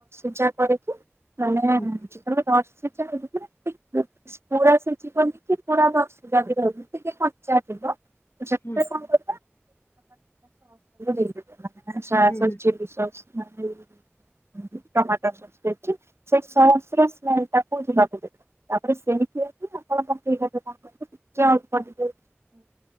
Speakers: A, on the right (about 70°); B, on the left (about 60°).
A: <inaudible> କରିକି। ମାନେ
B: ହୁଁ
A: ଯେତେବେଳେ ନର୍ସିଂ <unintelligible> ପୁରା ସିଝିବନି କି ପୁରା ଦରସିଝା ବି ରହିବନି ଟିକେ କଞ୍ଚା ଥିବ। କଣେ
B: ହୁଁ
A: ପ୍ରସ୍ ସବୁ ଦେଇଦବା ମାନେ ସୋୟା
B: ହୁଁ
A: sauce chilli sauce. <unintelligible> Tomato sauce ଦେଇଛି ସେଇ ସସ ର ସ୍ମେଲ ଟାକୁ ଯିବାକୁ ଦେବ। ତାପରେ ସେମଥି ହେଇକି ଆପଣ ପାଖ କଣ କର ଟ ଅଳ୍ପ ଟିକେ